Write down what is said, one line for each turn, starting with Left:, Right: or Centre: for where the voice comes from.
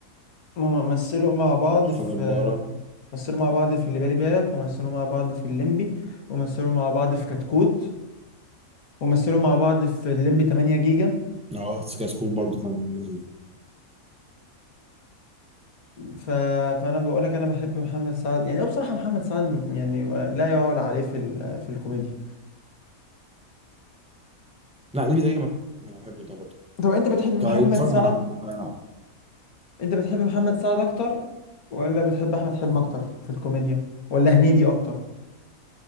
Left: هم مثلوا مع بعض
Centre: تحفه
Left: في
Centre: جباره
Left: مثلوا مع بعض في اللي بالي بالك ومثلوا مع بعض في الليمبي ومثلوا مع بعض في كتكوت ومثلوا مع بعض في الليمبي 8 جيجا
Centre: اه سكاي سكول برضه كان
Left: ف... فانا بقول لك انا بحب محمد سعد يعني هو بصراحة محمد سعد م- يعني لا يعول عليه في ال... في الكوميديا
Centre: لا دي ميزه ليا، انا بحبه جدا برضه
Left: طب انت بتحب محمد
Centre: طيب اتفرج
Left: سعد
Centre: على
Left: انت بتحب محمد سعد اكتر ولا بتحب احمد حلمي اكتر في الكوميديا ولا هنيدي اكتر